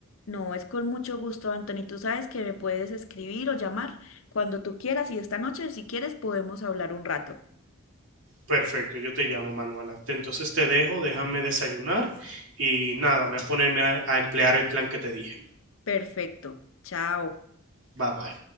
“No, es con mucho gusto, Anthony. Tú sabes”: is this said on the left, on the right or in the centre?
Left